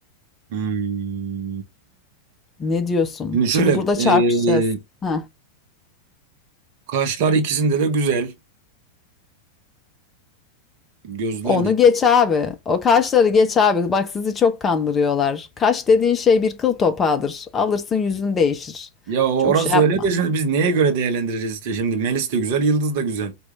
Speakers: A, on the right (about 45°); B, on the left (about 20°).
A: Hmm.
B: Ne diyorsun?
A: Şimdi şöyle,
B: Şimdi burada çarpışacağız.
A: e,
B: Heh.
A: kaşlar ikisinde de güzel. Gözler
B: Onu
A: de
B: geç abi. O kaşları geç abi. Bak sizi çok kandırıyorlar. Kaş dediğin şey bir kıl topağıdır. Alırsın yüzün değişir.
A: Ya orası
B: Çok şey yapma.
A: öyle de şimdi biz neye göre değerlendireceğiz işte şimdi Melis de güzel, Yıldız da güzel.